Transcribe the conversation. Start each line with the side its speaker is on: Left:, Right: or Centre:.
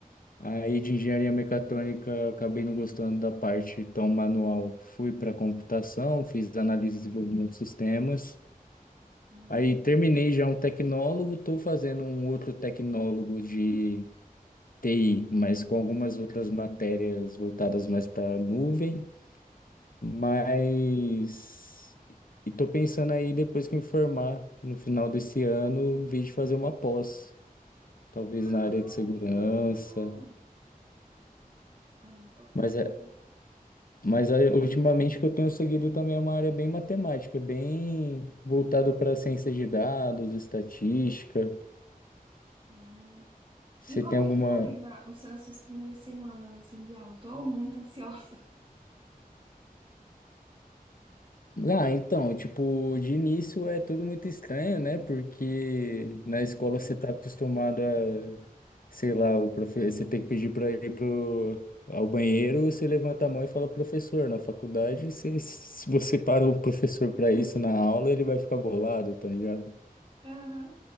Left: aí de engenharia mecatrônica acabei não gostando da parte tão manual. Fui para computação, fiz análise e desenvolvimento de sistemas.
Right: Hum.
Left: Aí terminei já um tecnólogo, estou fazendo um outro tecnólogo de TI, mas com algumas outras matérias voltadas mais para a nuvem, mas e estou pensando aí depois que me formar no final desse ano, vir de fazer uma pós, talvez
Right: Ah,
Left: na área de segurança,
Right: que legal. É importante,
Left: mas é
Right: né?
Left: Mas é, ultimamente o que eu tenho seguido também é uma área bem matemática, bem voltado para ciência de dados, estatística.
Right: Hum.
Left: Você
Right: E como
Left: tem alguma
Right: é que foi na, os- as suas primeiras semanas, assim, de aula? Tô muito ansiosa.
Left: Ah, então, tipo, de início é tudo muito estranho, né? Porque na escola você tá acostumado a, sei lá, o profe... você tem que pedir para ir pro... ao banheiro, você levanta a mão e fala professor. Na faculdade, você... se você para o professor
Right: <laughs>
Left: para isso na aula, ele vai ficar bolado, tá ligado?
Right: Aham.